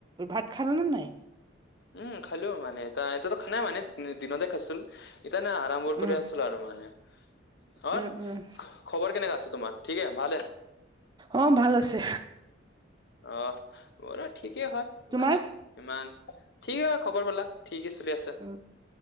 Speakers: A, on the right (about 20°); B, on the left (about 55°).
A: ভাত খাল নে নাই?
B: উম খালোও মানে এ এতিয়াতো খোৱানাই মানে দিনতে খাইছিলো। ইতি নে আৰাম কৰি
A: উম
B: আছিলো আৰু মানে। হ
A: উম উম
B: খবৰ কেনেকে আছে তোমাৰ ঠিকে ভালে।
A: অ ভাল আছে।
B: অ মোৰো ঠিকেই হয়,
A: তোমাৰ
B: মানে ইমান ঠিকেই হয় খবৰ বিলাক। ঠিকে চলি আছে,
A: উ